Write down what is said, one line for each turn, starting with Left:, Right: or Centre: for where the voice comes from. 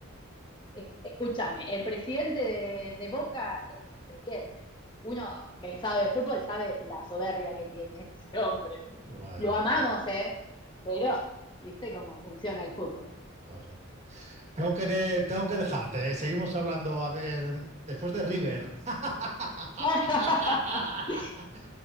Left: es- Escúchame, el presidente de, de Boca es Riquelme. Uno que sabe de fútbol sabe la soberbia que tiene ese hombre.
Right: Bueno,
Left: Lo amamos,
Right: en fin,
Left: ¿eh? Pero, ¿viste cómo funciona el fútbol?
Right: correcto. Tengo que, de- tengo que dejarte, ¿eh? Seguimos hablando, a ver, después de River. <laughs>
Left: <laughs>